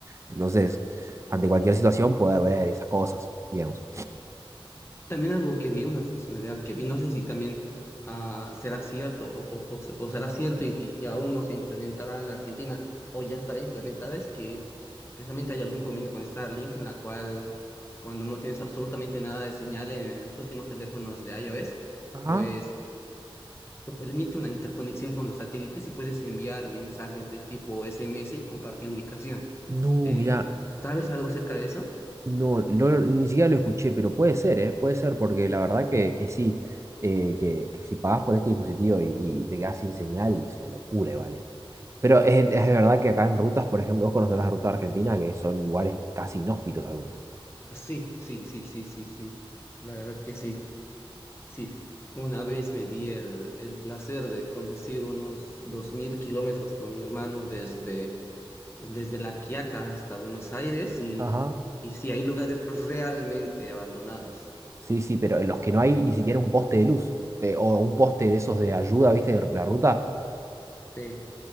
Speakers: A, on the right; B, on the left.
A: Entonces, ante cualquier situación, poder ver esas cosas, digamos.
B: También algo que vi, una funcionalidad que vi, no sé si también ah, será cierto o, o- o se- o será cierto y, y- y aún no se implementará en la Argentina o ya estará implementada, es que precisamente hay algún convenio con Starlink en la cual cuando no tienes absolutamente nada de señal en los últimos teléfonos de iOS,
A: Ajá.
B: pues te permite una interconexión con los satélites y puedes enviar mensajes de tipo SMS y compartir ubicación.
A: No,
B: Eh,
A: mira,
B: ¿sabes algo acerca de eso?
A: no, lo- ni siquiera lo escuché, pero puede ser, ¿eh? Puede ser, porque la verdad que, que sí, eh, que, que si pagas por este dispositivo y, y te quedas sin señal, es una locura, ¿vale? Pero es, es de verdad que acá en rutas, por ejemplo, vos conocerás la ruta de Argentina, que son lugares casi inhóspitos algunos.
B: Sí, sí, sí, sí, sí, sí. La verdad que sí. Sí, una vez me di el, el placer de conducir unos 2.000 kilómetros con mi hermano desde, desde La Quiaca hasta Buenos Aires y,
A: Ajá.
B: y sí, hay lugares realmente abandonados.
A: Sí, sí, pero en los que no hay ni siquiera un poste de luz eh, o un poste de esos de ayuda, ¿viste? De la ruta.
B: Sí,